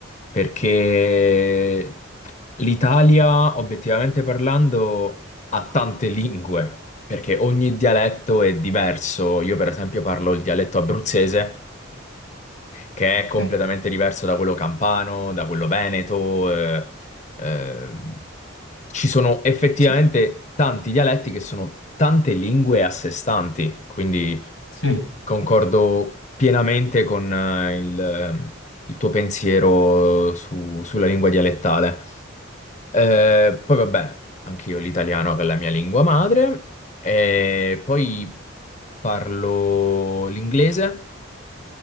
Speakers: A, on the left; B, on the left.
A: perché l'Italia, obiettivamente parlando, ha tante lingue, perché ogni dialetto è diverso. Io, per esempio, parlo il dialetto abruzzese che
B: Ok.
A: è completamente diverso da quello campano, da quello veneto. eh, eh, ci sono effettivamente
B: Sì.
A: tanti dialetti che sono tante lingue a sé stanti, quindi
B: Sì,
A: concordo pienamente con eh, il, eh, il tuo pensiero su- sulla lingua dialettale. Eh, poi vabbè, anch'io l'italiano che è la mia lingua madre, e poi parlo l'inglese